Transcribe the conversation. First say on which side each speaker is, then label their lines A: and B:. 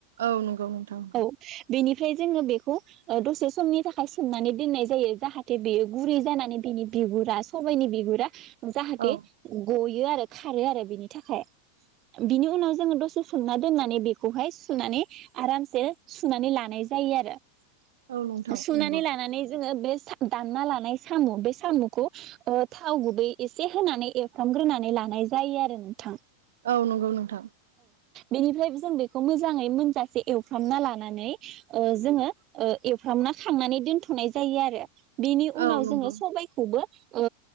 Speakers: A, on the right; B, on the right.
A: औ नंगौ नोंथां नोंगौ
B: औ बेनिफ्राय जोङो बेखौ दसे समनि थाखाय सोमनानै दोननाय जायो जाहाथे बेयो गुरै जानानै बिनि बिगुरा सबायाइनि बिगुरा जाहाथे
A: औ
B: गय आरो खारो आरो बिनि थाखाय बिनि उनाव जोङो दसे सना दोननानै बेखौहाय सुनानै आरामसे सुनानै लानाय जायो आरो
A: औ नोंथां
B: सुनानै
A: नंगौ
B: लानानै जोङो बे दानना लानाय साम' बे साम'खौ थाव गुबै एसे होनानै एरफ्रामग्रोनानै लानाय जायो आरो नोंथां
A: औ नंगौ नोंथां
B: बेनिफ्रायबो जों बेखौ मोजां मोजाङै मोनजासे एवफ्रामना लानानै ओ जोङो ओ‌ एवफ्रामना खांनानै दोनथनाय जायो आरो। बेनि उनाव
A: औ नंगौ
B: जोङो सबायखौबो औ